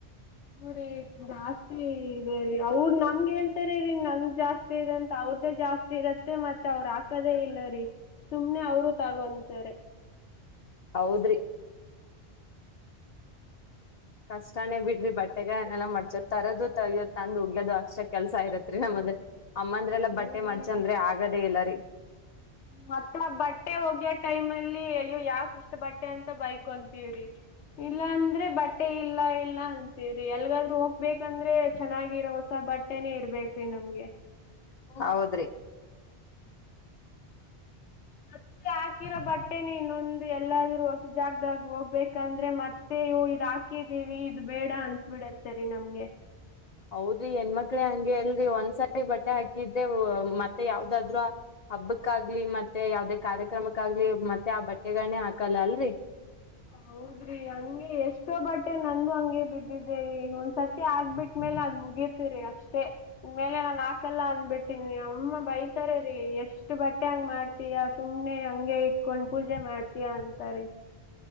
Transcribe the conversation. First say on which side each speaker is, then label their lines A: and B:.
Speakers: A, on the left (about 85°); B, on the left (about 45°).
A: ಹೂರೀ ಜಾಸ್ತಿ ಇದೆ ರೀ ಅವ್ರ ನಮ್ಗೆ ಹೇಳ್ತಾರೆರೀ ನನ್ ಜಾಸ್ತಿ ಇದೆ ಅಂತ ಅವ್ರದ್ದೇ ಜಾಸ್ತಿ ಇರತ್. ತ್ತೆ ಮತ್ತೆ ಅವ್ರ ಹಾಕದೇ ಇಲ್ಲರಿ ಸುಮ್ನೆ ಅವರೂ ತಗೊಂತಾರೆ.
B: ಹೌದ್ರಿ ಕಷ್ಟಾನೇ ಬಿಡ್ರಿ ಬಟ್ಟೆಗಳನೆೆಲ್ಲ ಮಾಡ್ಚೋದ ತರೋದು ತಗ್ಯೋದ ತಂದು ಒಗ್ಗ್ಯೋದು ಅಷ್ಟ ಕೆಲ್ಸ ಇರತ್ರಿ ನಮದ. ಅಮ್ಮಂದ್ರೆಲ್ಲಾ
A: ಹೌದು
B: ಬಟ್ಟೆ ಮಡ್ಚ
A: ರೀ
B: ಅಂದ್ರೆ ಆಗದೇ ಇಲ್ಲರೀ.
A: ಮತ್ತ ಬಟ್ಟೆ ಒಗ್ಯ ಟೈಮಲ್ಲಿ ಅಯ್ಯೋ ಯಾಕ ಇಷ್ಟ ಬಟ್ಟೆ ಅಂತ ಬೈಕೊಂತೀವ್ರಿ. ಇಲ್ಲ ಅಂದ್ರೆ ಬಟ್ಟೆ ಇಲ್ಲ ಇಲ್ಲ ಅಂತೀವ್ರಿ ಎಲ್ಗಾದ್ರೂ ಹೋಗ್ಬೇಕಂದ್ರೆ ಚೆನ್ನಾಗಿರೋ ಸ ಬಟ್ಟೆನೆೇ ಇರ್ಬೇಕ್ರಿ ನಮ್ಗೆ.
B: ಹೌದ್ರಿ
A: ಮತ್ತೆ ಹಾಕಿರೋ ಬಟ್ಟೆನ ಇನ್ನೊಂದು ಎಲ್ಲಾದ್ರೂ ಹೊಸ ಜಾಗದಾಗ ಹೋಗ್ಬೇಕಂದ್ರೆ ಮತ್ ಸೇವೋ ಇದ್ ಹಾಕಿದೀವಿ ಇದು ಬೇಡ ಅನ್ಸ ಬೀಡತ್ತೇರಿ ನಮ್ಗೆ
B: ಹೌದ್ರಿ ಹೆಣ್ಮಕ್ಳೇ ಹಂಗೆ ಅಲ್ರಿ ಒಂದ್ಸಾರಿ ಬಟ್ಟೆ ಹಾಕಿದ್ದೆ ಮತ್ತೆ ಯಾವ್ದಾದ್ರೂ. ಹಬ್ಬಕ್ಕಾಗ್ಲಿ ಮತ್ತೆ ಯಾವದೇ ಕಾರ್ಯಕ್ರಮಕ್ಕಾಗ್ಲಿ ಮತ್ತೆ ಆ ಬಟ್ಟೆಗಳನ್ನೇ ಹಾಕಲ್ಲ ಅಲ್ರೀ.
A: ಹೌದ್ರಿ ಹಂಗೆ ಎಷ್ಟೋ ಬಟ್ಟೆ ನಂದು ಹಂಗೆ ಬಿದ್ದಿದ್ದೆರಿ ಒಂದ್ಸತಿ ಹಾಗ್ಬಿಟ್ಟ್ಮೇಲೆ ಅದ್ ಮುಗಿತ ತರಿ ಅಷ್ಟೇ ಇನ್ಮೇಲೆ ನಾನ ಹಾಕಲ್ಲ ಅಂದಬಿಟ್ಟಿನಿ ಅಮ್ಮ ಬೈ ತರೇರಿ ಎಷ್ಟ ಬಟ್ಟೆ ಹಂಗ ಮಾಡ್ತೀಯ ಸುಮ್ನೆ ಹಂಗೆ ಇಟ್ಕೊಂಡ್ ಪೂಜೆ ಮಾಡ್ತೀಯ ಅಂತಾರೀ.